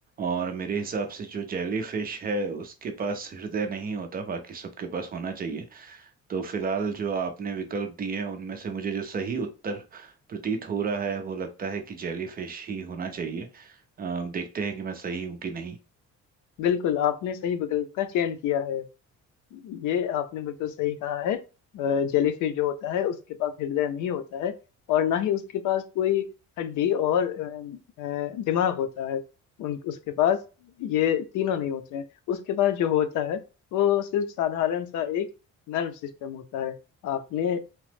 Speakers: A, on the right; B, on the left.
A: और मेरे हिसाब से जो जेली फिश है उसके पास हृदय नहीं होता बाकी सबके पास होना चाहिए तो फिलहाल जो आपने विकल्प दिए हैं उनमें से मुझे जो सही उत्तर प्रतीत हो रहा है वो लगता है कि जेली फिश ही होना चाहिए अ, देखते हैं कि मैं सही हूँ कि नहीं
B: बिल्कुल आपने सही विकल्प का चयन किया है ये आपने बिल्कुल सही कहा है अ, जेलीफिश जो होता है उसके पास हृदय नहीं होता है और ना ही उसके पास कोई हड्डी और अ, अ, दिमाग होता है उन उसके पास ये तीनों नहीं होते हैं उसके पास जो होता है वो सिर्फ साधारण सा एक नर्व सिस्टम होता है आपने